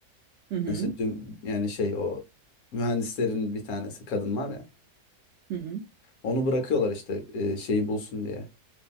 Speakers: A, on the right (about 75°); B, on the left (about 65°).
A: e, hı
B: Yani
A: hı.
B: işte düm, yani şey o mühendislerin bir tanesi kadın var ya.
A: Hı hı.
B: Onu bırakıyorlar işte e, şeyi bulsun diye.